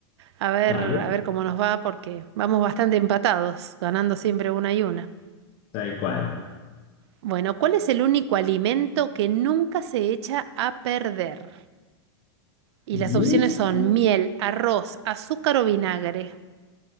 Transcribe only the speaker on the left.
Dale,
tal cual.
Y
esto,